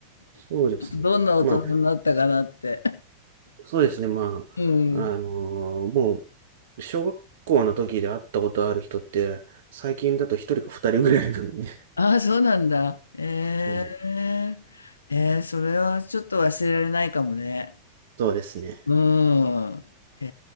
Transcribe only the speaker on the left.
どんな大人になったかなって。
うん。
ああ、そうなんだ。へえ、
へえ、それはちょっと忘れられないかもね。
うん。へ